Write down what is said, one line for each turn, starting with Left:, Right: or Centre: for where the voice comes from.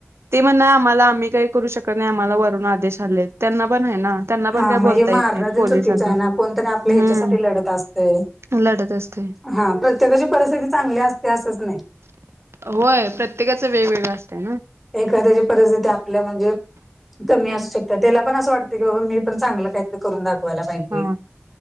Right: ते म्हणा आम्हाला आम्ही काही करू शकत नाही, आम्हाला वरून आदेश आलेत. त्यांना पण आहे ना, त्यांना पण
Centre: हा
Right: काय
Centre: म्हणजे
Right: बोलता
Centre: मारणं
Right: येत नाही
Centre: तेन
Right: पोलिसांना
Centre: चुकीचं आहे ना कोणतरी आपल्या ह्याच्यासाठी
Right: हम्.
Centre: लढत असतय.
Right: तु लढतं असते.
Centre: हा प्रत्येकाची परिस्थिती चांगली असते असंच नाही.
Right: होय प्रत्येकाचं वेगवेगळं असतंय ना.
Centre: एखाद्याची परिस्थिती आपल्या म्हणजे कमी असू शकते, त्याला पण असं वाटतं की बाबा मी पण चांगलं काहीतरी करून दाखवायला पाहिजे.
Right: हा